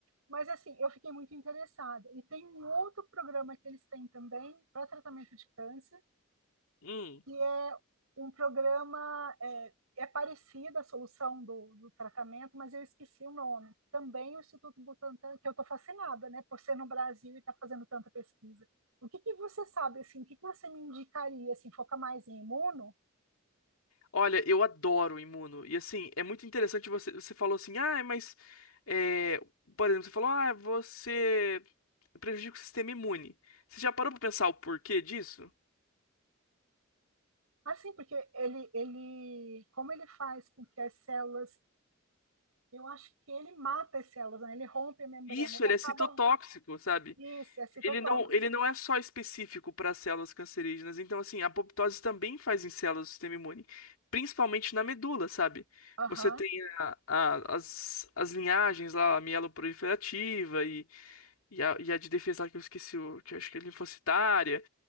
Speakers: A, on the right; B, on the left.
A: mas assim, eu fiquei muito interessada. E tem um outro programa que eles têm também para tratamento de câncer,
B: Hum.
A: que é um programa, é, é parecido à solução do, do tratamento, mas eu esqueci o nome. Também o Instituto Butantan, que eu estou fascinada, né, por ser no Brasil e estar fazendo tanta pesquisa. O que que você sabe, assim, o que que você me indicaria, assim, foca mais em imuno?
B: Olha, eu adoro Imuno. E assim, é muito interessante você. Você falou assim, ah, mas. é, por exemplo, você falou, ah, você prejudica o sistema imune. Você já parou pra pensar o porquê disso?
A: Assim, porque ele, ele, como ele faz com que as células, eu acho que ele mata as células, né? Ele rompe a membrana,
B: Isso,
A: ele
B: ele
A: acaba.
B: é citotóxico, sabe?
A: Isso, é citotóxico.
B: Ele não, ele não é só específico para células cancerígenas. Então, assim, a apoptose também faz em células do sistema imune, principalmente na medula, sabe?
A: Aham,
B: Você tem a- a- as, as linhagens lá, a mieloproliferativa e, e, a, e a de defesa lá que eu esqueci, o, que eu acho que é linfocitária.